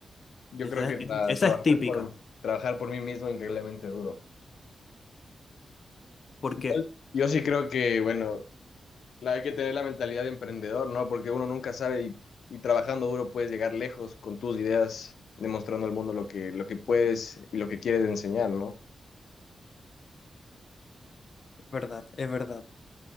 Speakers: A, on the left (about 85°); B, on the left (about 50°).
A: Yo
B: Esa
A: creo que
B: es,
A: tra-
B: esa
A: trabajar
B: es típica.
A: por, trabajar por mí mismo es increíblemente duro.
B: ¿Por
A: Igual,
B: qué?
A: Yo sí creo que, bueno, la hay que tener la mentalidad de emprendedor, ¿no? Porque uno nunca sabe y, y trabajando duro puedes llegar lejos con tus ideas, demostrando al mundo lo que, lo que puedes y lo que quieres enseñar, ¿no?
B: Es verdad, es verdad.